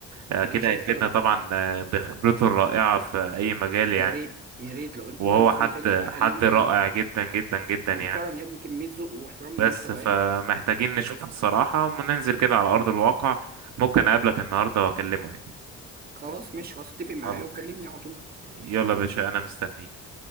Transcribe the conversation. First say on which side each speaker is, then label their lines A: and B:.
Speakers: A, on the right; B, on the right.
A: آه، كده
B: انا شايف
A: هيفيدنا
B: كده برضه
A: طبعا آه، بخبرته الرائعة في اي مجال يعني
B: يا ريت يا ريت لو قدرنا
A: وهو
B: نوصله
A: حد
B: تاني انا هكلمه
A: حد
B: تاني
A: رائع جدا جدا جدا
B: محترم
A: يعني
B: يا ابني كميه ذوق واحترام
A: بس
B: مش طبيعيه
A: فمحتاجين نشوفه الصراحة وننزل كده على أرض الواقع ممكن أقابلك النهاردة وأكلمه يعني
B: خلاص ماشي خلاص اتفق معايا
A: يلا
B: وكلمني على طول
A: يلا يا باشا أنا مستنيك